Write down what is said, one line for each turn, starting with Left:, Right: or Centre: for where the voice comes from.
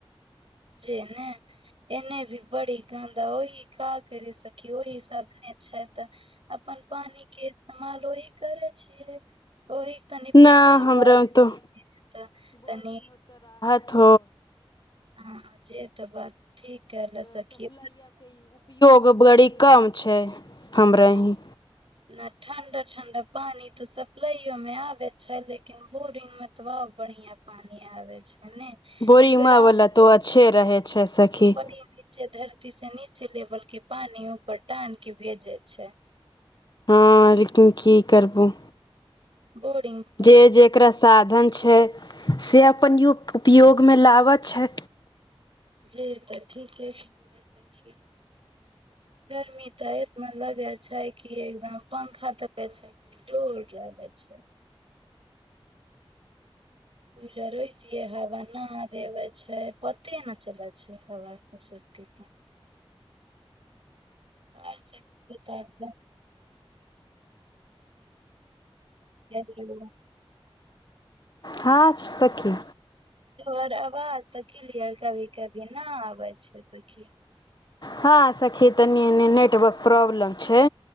Right: जे ने एने भी बड़ी गन्द ओहि काह करी सकी ओहि साधने छैय त अपन पानी के इस्तेमाल ओहि करे छियै ओहि तनि फिल्टर
Left: न
Right: लगा
Left: हमरा
Right: देना
Left: तो
Right: छी तऽ तनि
Left: थ
Right: हँ जे तऽ बात ठीक करै लऽ सखी
Left: गोबड़ी कम छै हमरा
Right: हँ
Left: ही
Right: न ठंडा ठंडा पानी ते सप्लाइयो में आबे छै लेकिन बोरिंग मे ऐतबा बढ़िया पानी आबे छै ने
Left: बोरिंमा
Right: उ ग्राउंड
Left: वाला तो अच्छे रहे छै सखी
Right: बड़ी नीचे धरती से नीचे लेवल के पानी ऊपर टान के भेजे छै
Left: हँ लेकिन कि करबु
Right: बोड़िग
Left: जे जेकरा साधन छै से अपन उपयोग मे लाबऽ छै
Right: जी तऽ ठीके छै सखी गर्मी त एत मन लगै छै कि एकदम पंखा तके छै कि डोल रहे छै कूलर ओएसीयो हवा न देबै छै पते नय चलै छै हवा ओ सभके <inaudible> <inaudible>
Left: हाँ सखी
Right: तोहर आवाज तऽ क्लियर कभी कभी ना आबै छै सखी
Left: हँ सखी तनी ऐेने नेटवर्क प्रॉब्लम छै